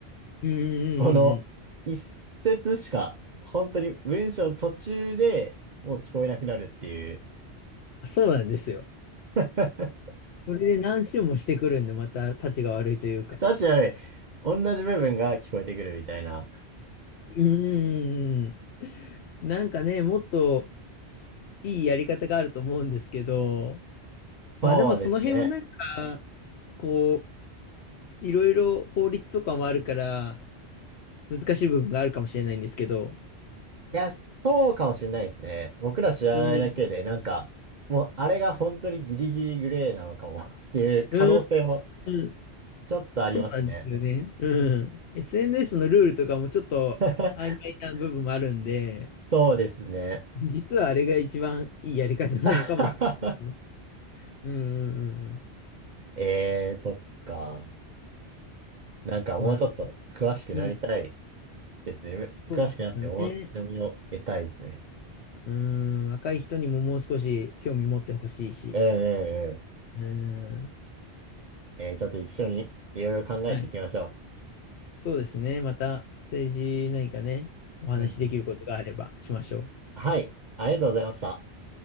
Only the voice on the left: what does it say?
うん、う
んうん
あそうなんですよ。
それで何周もしてくるんで、また、たちが悪いというか。
うん、うん、うんうん。なんかね、もっといいやり方があると思うんですけど、まあでもその辺はなんか、
こう、いろいろ法律とかもあるから、難しい部分があるかもしれないんですけど、
うん。
うーん。
そうなんですよね。うん。SNS のルールとかもちょっと曖昧な部分もあるんで、
実はあれが一番いいやり方なのかもしれないですね。
うんうんうんうん。
まあ、うん。
そうですね。
うーん、若い人にももう少し興味持ってほしいし。
うーん、
はい。そうですね。また政治何かね、お話しできることがあればしましょう。